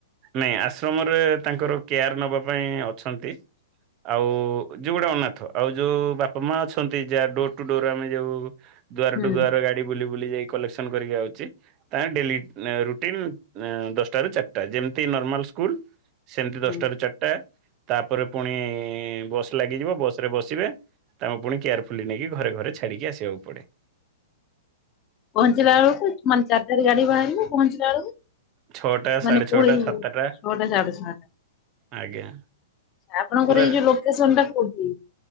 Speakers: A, on the right (about 35°); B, on the left (about 35°).
A: ନାଇଁ ଆଶ୍ରମରେ ତାଙ୍କର କେୟାର ନବା ପାଇଁ ଅଛନ୍ତି। ଆଉ ଯେଉଁଗୁଡ଼ା ଅନାଥ ଆଉ ଯୋଉ ବାପା ମା ଅଛନ୍ତି ଯାହା ଡୋର ଟୁ ଡୋର ଆମେ ଯୋଉ ଦୁଆର
B: ହୁଁ
A: ଟୁ ଦୁଆର ଗାଡ଼ି ବୁଲି ବୁଲି ଯାଇ କଲେକ୍ସନ କରିକି ଆଉଛି। ତା ଡେଲି ରୁଟିନ ଦଶଟା ରୁ ଚାରିଟା ଯେମ ତି ନର୍ମାଲ ସ୍କୁଲ ସେମିତି ଦଶଟାରୁ
B: ହୁଁ।
A: ଚାର ଟା ତାପରେ ପୁଣି ବସ ଲାଗିଯିବ ବସ ରେ ବସିବେ। ତାଙ୍କୁ ପୁଣି କେୟାରଫୁଲି ନେଇକି ଘରେ ଘରେ ଛାଡିକି ଆସିବାକୁ ପଡ଼େ।
B: ପହଞ୍ଚିଲା ବେଳକୁ ମାନେ ଚାରି ଟାରେ ଗାଡ଼ି ବାହାରିବ ପହଞ୍ଚିଲା ବେଳକୁ
A: ଛଅଟା ସାଢେ଼
B: ମାନେ
A: ଛଅଟା
B: ପୁଣି
A: ସାତଟା
B: ଛଅଟା ସାଢେ ଛଅଟା।
A: ଆଜ୍ଞା!
B: ଆପଣଙ୍କର
A: ପୁରା
B: ଏଇ ଯୋଉ ଲୋକେସନ ଟା କୋଉଠି?